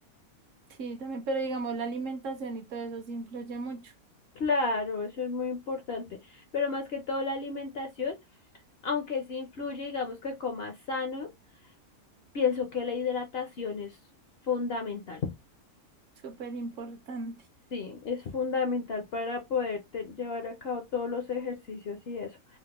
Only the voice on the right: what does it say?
Sí, también, pero digamos, la alimentación y todo eso sí influye mucho,
súper importante.